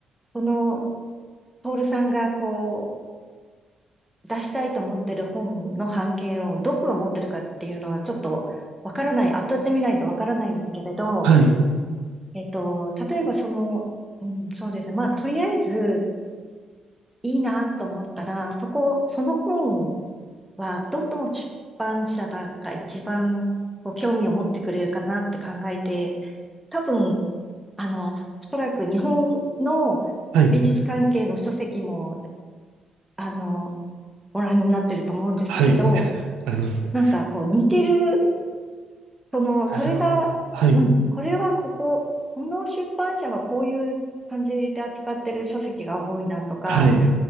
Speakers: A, in the centre; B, on the right.
A: その、トールさんが、こう、出したいと思ってる本の版権をどこが持ってるかっていうのは、ちょっと、わからない、当たってみないとわからないんですけれど、
B: はい。
A: えっと、例えばその、うん、そうですね。まあ、とりあえずいいなと思ったら、そこ、その本はどの出版社だが一番こう興味を持ってくれるかなって考えて、多分、あの、おそらく日本の美術関係の書籍も、
B: はい。
A: あの、ご覧になってると思うんですけれど、
B: はい。<laughs> ありますね。
A: なんかこう似てるその、
B: なるほどな。
A: それが、
B: はい。
A: うん、これはここ、この出版社はこういう感じで扱ってる書籍が多いなとか、
B: はい。